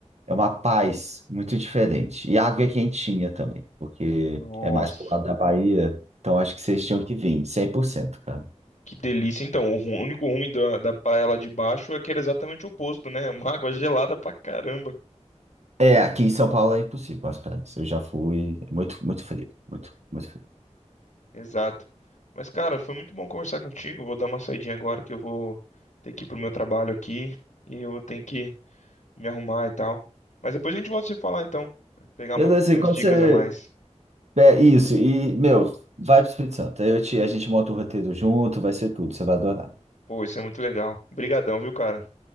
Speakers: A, on the right (about 65°); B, on the left (about 80°).
A: é uma paz muito diferente. E a água é quentinha também, porque
B: nossa,
A: é mais pro lado da Bahia. Então, acho que vocês tinham que vir, 100%, cara.
B: que delícia. Então, o ru- único ruim da, da praia lá de baixo é que era exatamente o oposto, né? <laughs> Uma água gelada pra caramba.
A: É, aqui em São Paulo é impossível as praias. Eu já fui, é muito, muito frio, muito, muito frio.
B: Exato. Mas, cara, foi muito bom conversar contigo. Vou dar uma saidinha agora que eu vou ter que ir pro meu trabalho aqui e eu tenho que me arrumar e tal. Mas depois a gente volta a se falar, então. Pegar
A: Beleza,
B: uma- umas
A: e quando
B: dicas
A: você,
B: a mais.
A: É isso, e, meu, vai pro Espírito Santo. Aí eu te, a gente monta o roteiro junto, vai ser tudo, você vai adorar.
B: Pô, isso é muito legal. Obrigadão, viu, cara?